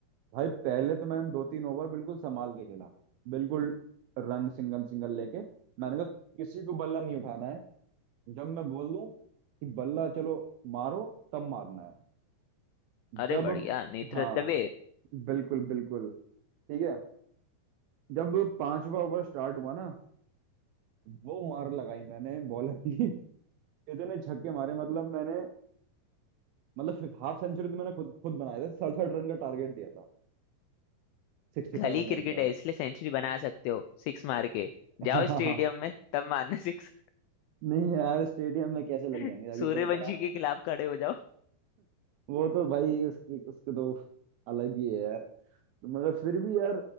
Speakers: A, on the right (about 75°); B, on the left (about 80°).
A: भाई पहले तो मैंने दो तीन ओवर बिल्कुल संभाल के खेला बिल्कुल रन सिंगल सिंगल लेके मैंने कहा किसी को बल्ला नहीं उठाना है जब मैं बोल दूं कि बल्ला चलो मारो तब मारना है
B: अरे
A: जब
B: बढ़िया नेत्र
A: हाँ
B: तबे
A: बिल्कुल बिल्कुल ठीक है जब पांचवा ओवर स्टार्ट हुआ ना वो मार लगाई मैंने बॉलर की <laughs> इतने छक्के मारे मतलब मैंने मतलब हाफ सेंचुरी तो मैंने खुद खुद बनाया था सड़सठ रन का टारगेट दिया था सिक्सटी
B: गली
A: सेवन
B: क्रिकेट
A: रन का
B: है इसलिए सेंचुरी बना सकते हो सिक्स मार के
A: <laughs>
B: जाओ स्टेडियम में तब मारना सिक्स
A: नहीं यार स्टेडियम में कैसे लग
B: <laughs>
A: जाएंगे अभी
B: सूर्यवंशी
A: तो इतना
B: के खिलाफ खड़े हो जाओ
A: वो तो भाई उसकी उसको तो अलग ही है यार तो मगर फिर भी यार